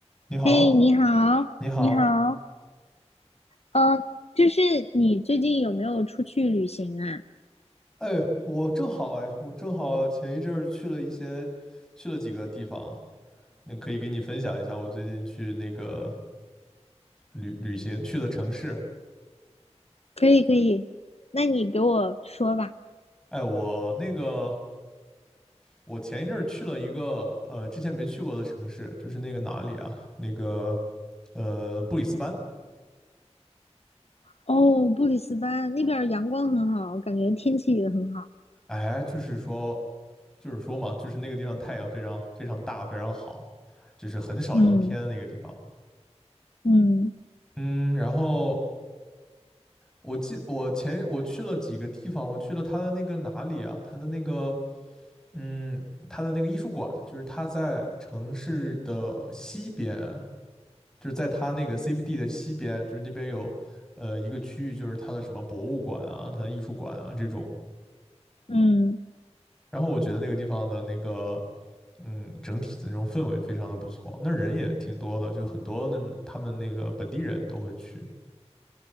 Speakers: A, in the centre; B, on the left.
A: 你好，
B: 嘿，你好，
A: 你好，
B: 你好，呃，就是你最近有没有出去旅行啊？
A: 哎，我正好，哎，我正好前一阵儿去了一些，去了几个地方，那可以给你分享一下我最近去那个旅旅行去的城市。
B: 可以，可以，那你给我说吧。
A: 哎，我那个我前一阵儿去了一个呃之前没去过的城市，就是那个哪里啊？那个呃布里斯班。
B: 哦，布里斯班那边儿阳光很好，感觉天气也很好。
A: 哎，就是说就是说嘛，就是那个地方太阳非常非常大，非常好，就是很少阴天的那个地方。
B: 嗯嗯
A: 嗯，然后我记我前我去了几个地方，我去了他的那个哪里啊？他的那个嗯，他的那个艺术馆，就是他在城市的西边，就是在他那个 CBD 的西边，就是那边有呃一个区域，就是他的什么博物馆啊，他的艺术馆啊这种。
B: 嗯，
A: 然后我觉得那个地方的那个嗯整体的那种氛围非常的不错，那儿人也挺多的，就很多那他们那个本地人都会去。